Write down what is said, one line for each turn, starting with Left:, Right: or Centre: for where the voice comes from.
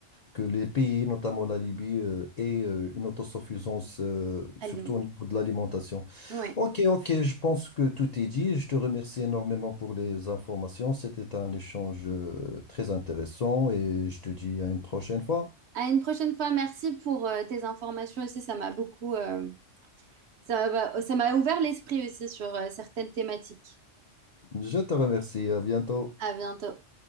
Left: que les pays, notamment la Libye, euh, aient euh, une autosuffisance, euh, surtout
Right: à Lyon.
Left: au niveau de l'alimentation.
Right: Ouais.
Left: Ok, ok, je pense que tout est dit. Je te remercie énormément pour les informations. C'était un échange euh, très intéressant et je te dis à une prochaine fois.
Right: À une prochaine fois. Merci pour euh, tes informations aussi. Ça m'a beaucoup, euh, Ça va- ça m'a ouvert l'esprit aussi sur euh, certaines thématiques.
Left: Je te remercie, à bientôt.
Right: À bientôt.